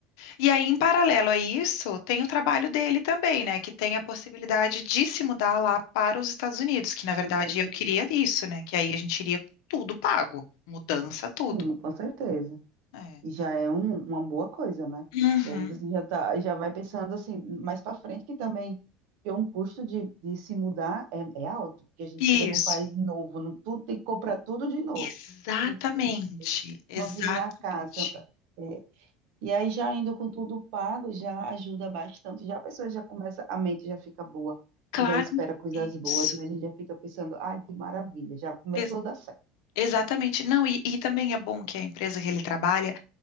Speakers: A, on the left; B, on the right.
A: E aí, em paralelo a isso, tem o trabalho dele também, né? Que tem a possibilidade de se mudar lá para os Estados Unidos, que na
B: tá
A: verdade
B: nos Estados
A: eu
B: Unidos.
A: queria isso, né? Que aí a gente iria com tudo pago, mudança, tudo.
B: Sim, com certeza.
A: É.
B: E já é um- uma boa coisa, né?
A: Uhum.
B: E aí você já tá, já vai pensando assim, mais para frente, que também ter um custo de, de se mudar é, é alto, porque a gente
A: Isso.
B: chega num país novo, não, tudo, tem que comprar tudo de novo.
A: Exatamente.
B: A gente se
A: Exatamente.
B: mobiliar a casa, é, E aí já indo com tudo pago, já ajuda bastante. Já a pessoa já começa, a mente já fica boa,
A: Claro,
B: já espera coisas
A: isso.
B: boas, né? A gente já fica pensando, ai, que maravilha, já começou
A: Ex-
B: a dar certo.
A: exatamente. Não, e, e também é bom que a empresa que ele trabalha